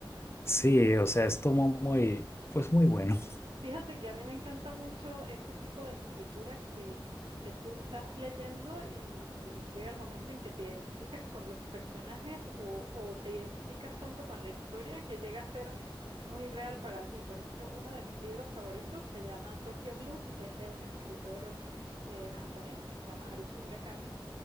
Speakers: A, on the left; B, on the right.
A: sí, o sea, estuvo muy, pues muy bueno.
B: Fíjate que a mí me encanta mucho ese tipo de escritura que, mm, que tú estás leyendo y, y llega el momento en que te identificas con los personajes o, o te identificas tanto con la historia que llega a ser muy real para ti. Por ejemplo, uno de mis libros favoritos se llama Tokyo Blues, es de un escritor eh, japonés que se llama Haruki Murakami